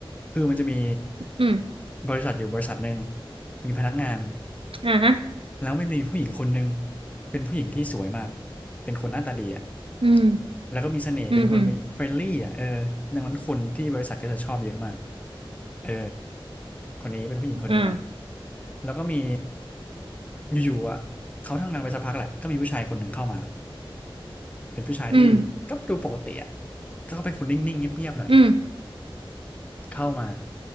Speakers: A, on the left; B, on the right.
A: คือมันจะมี
B: อืม
A: บริษัทอยู่บริษัทหนึ่งมีพนักงาน
B: อ่าฮะ
A: แล้วไม่มีผู้หญิงคนหนึ่งเป็นผู้หญิงที่สวยมากเป็นคนหน้าตาดีอ่ะ
B: อืม
A: แล้วก็มีเสน่ห์เป็นคนมีเฟรนลี่อ่ะเออดังนั้นคนที่บริษัทก็จะชอบเยอะมาก
B: อืมอืม
A: เออคนนี้เป็นผู้หญิงคนนี้นะ
B: อ่า
A: แล้วก็มีอยู่ๆอ่ะเขาทำงานไปสักพักแหละก็มีผู้ชายคนหนึ่งเข้ามาเป็นผู้ชายที่ก็ดูปกติอ่ะ
B: อืม
A: ก็เป็นคนนิ่งๆเงียบๆหน่อย
B: อืม
A: เข้ามา